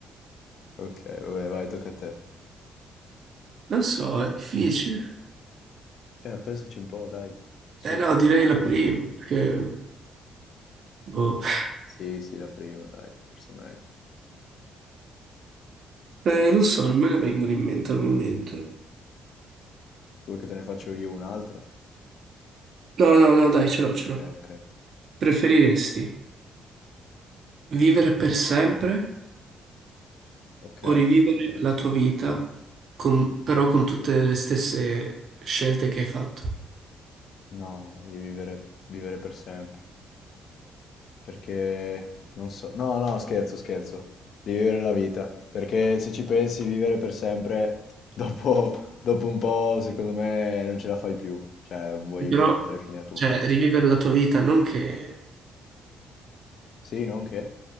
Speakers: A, on the left; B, on the right.
A: Ok, vabbè, vai, tocca a te.
B: Non so, è difficile.
A: Eh, pensaci un po', dai. Su,
B: Eh
A: uno
B: no, direi
A: sforzo.
B: la prima, perché, boh, <laughs>
A: Sì, sì, la prima, dai, forse è meglio.
B: Eh, non so, non me ne vengono in mente al momento.
A: Vuoi che te ne faccio io un'altra?
B: No, no, no, dai, ce l'ho, ce
A: Ok,
B: l'ho.
A: ok.
B: Preferiresti Vivere per sempre
A: Ok.
B: o rivivere la tua vita, con- però con tutte le stesse scelte che hai fatto.
A: No, di vivere, vivere per sempre. Perché non so. No, no, scherzo, scherzo. Di vivere la vita. Perché se ci pensi, vivere per sempre, dopo, dopo un po', secondo me, non ce la fai più. Cioè, vuoi,
B: E Però,
A: vuoi mettere fine a tutto.
B: cioè, rivivere la tua vita non che,
A: Sì, non che?